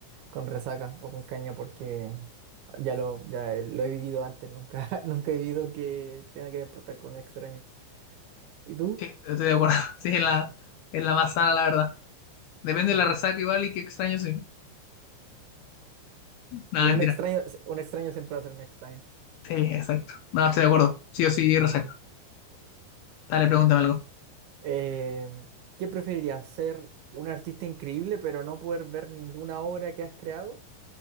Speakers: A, on the right; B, on the left.
A: con resaca o con caña porque ya lo, ya eh, lo he vivido antes, nunca, <laughs> nunca he vivido que tenga que despertar con un extraño. ¿Y tú?
B: Sí, estoy de acuerdo. <laughs> Sí, es la, es la más sana, la verdad. Depende
A: <laughs>
B: de la resaca igual y qué extraño, sí. Nada,
A: Pero
B: mentira.
A: un extraño, un extraño siempre va a ser un extraño.
B: Sí, exacto. No, estoy de acuerdo. Sí o sí, resaca. Dale, pregúntame algo.
A: Eh, ¿qué preferirías? ¿Ser un artista increíble pero no poder ver ninguna obra que has creado?